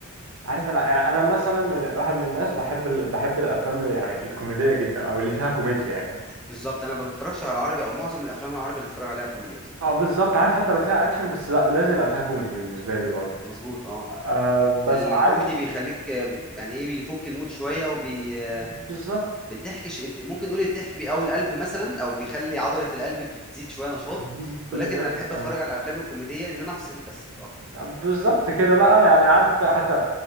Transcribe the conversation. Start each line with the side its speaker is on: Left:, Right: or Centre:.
Right: عارف أنا يعني أنا مثلا من واحد من الناس بحب ال... بحب الأفلام اللي يعني الكوميدية جدا أو اللي فيها كوميديا يعني
Centre: بالظبط انا ما بتفرجش على العربي او معظم الافلام العربي اللي بتفرج عليها كوميدي بس
Right: اه بالظبط عارف حتى لو فيها أكشن بس لا لازم يبقى فيها كوميدي بالنسبة لي برضه
Centre: مظبوط اه
Right: آه بس
Centre: الكوميدي
Right: عارف
Centre: بيخليك آه، يعني ايه بيفك المود شويه وبي آه،
Right: بالظبط
Centre: بالضحك ش- ممكن نقول الضحك بيقوي القلب مثلا او بيخلي عضله القلب بتزيد شويه نشاط
Right: <laughs> بالظبط
Centre: ولكن انا بحب
Right: آه.
Centre: اتفرج على الافلام الكوميديه ان انا افصل بس مش اكتر
Right: بالظبط كده لا يعني عارف انت حتى